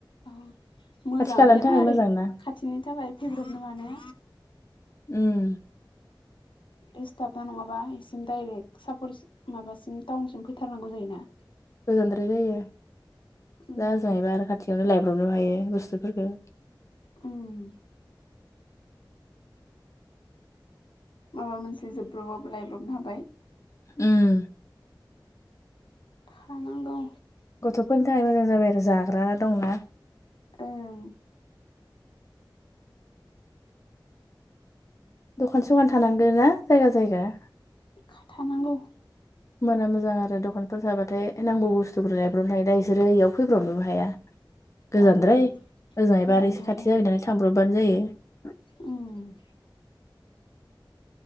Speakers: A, on the left; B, on the left.
A: औ मोजाङानो
B: खाथि खालानि
A: देनाा
B: थाखाय
A: ओरै
B: मोजां ना
A: खाथिनि थाखाय फेब्रेट नङ माने-
B: उम-
A: डिसस्टाप ना नङाबा इसिम डायरेक्ट सापर माबासिम टाउनसिम फैथारनांगौ जायोना?
B: गोजोनद्राय जायो
A: उम
B: दा हजोंहैबा आरो खाथियावनो लाय- बबनो हायो बुस्थुफोरफोरखौ-
A: उम माबा मोनसे जोबब्रबाबबो लायब्रबनो हाबाय।
B: उम
A: हानांगौ-
B: गथ'फोरनि थाखाय मोजां जाबाय आरो जाग्रा दंना।
A: ओं-
B: दखान सखान थानांगोन ना जायगा जायगा-
A: खाथानांगौ।
B: होमबाना मोजां आरो दखानफोर थाबाथाय नांगौ बुस्थुखौ लायब्रबनो हायो दा ए- बिसोरो इयाव फैब्रबनोबो हाया- गोजानद्राय
A: ओं
B: ओजोंहै
A: गोजानद्राय
B: बार आरो एसे खाथि जाबाय नालाय थांब्रबबानो जायो।
A: उम-